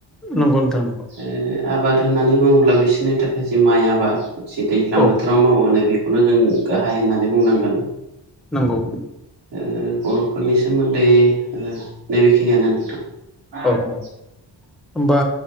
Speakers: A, in the centre; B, on the right.
A: नंगौ नोंथां।
B: ओ आबाद होननानै बुङोब्ला बिसोरनि थाखाय जि माइ आबाद जि दैज्लां
A: औ
B: बोथोराव मावोन नै बे बेखौनो जों गाहाय होननानै बुंनांगोन
A: नंगौ।
B: ओ बरफोरनि सोमोन्दै नैबेखिनियानो नोंथां। <unintelligible>
A: औ औ होमबा